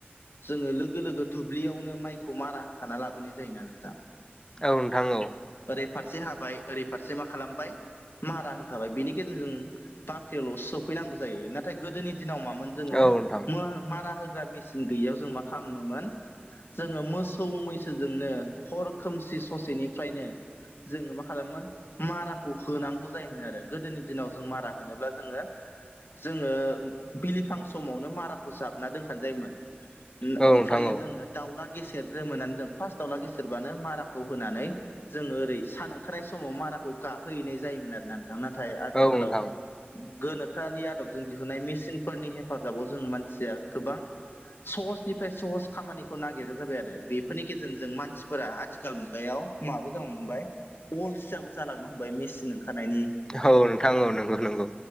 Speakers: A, on the left; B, on the left.
A: जोङो लोगो लोगो दुब्लियावनो माइखौ मारा होखाना लाबोनाय जायोना नोंथां
B: औ नोंथां औ।
A: ओरै फारसे हाबाय ओरै फारसे मा खालामबाय मारा होखाबाय बिनि गेजेरजों बाख्रियावल' सफैनांगौ जायो नाथाय गोदोनि दिनाव मामोन जोङो
B: औ नोंथां
A: मो मारा होग्रा मेसिन गैयैयाव जों मा खालामोमोन जोङो मोसौ मैसोजोंनो हर खोमसि ससेनिफ्रायनो जोङो मा खालामोमोन माराखौ होनांगौ जायोमोन आरो गोदोनि दिनाव जों मारा होनोब्ला जोङो जोङो बिलिफां समावनो माराखौ जाबना दोनखानो जायोमोन ओ
B: औ
A: ओमफ्रायो
B: नोंथां औ
A: जोङो दावला गेसेेरग्रोमोननानै जों फार्स्ट दावउला गेसेेरबानो माराखौ होनानै जोङो ओरै सान ओंखारनाय समाव माराखौ गाहोनाय जायोमोन आरोना नोंथां नाथाय आथिखालाव
B: औ नोंथां औ
A: गोनोखोआनि आदबजों दिहुननाय मेसिनफोरनि हेफाजाबाव जों मानसिया गोबां सहसनिफ्राय सहस खामानिखौ नागिरग्रा जाबाय आरो बेफोरनि गेजेरजों मानसिफोरा आथिखाल मुगायाव माबो जानो हमबाय अलसियाबो जालांनो हमबाय मेसिन ओंखारनायनि
B: औ नोंथां औ नंगौ नंगौ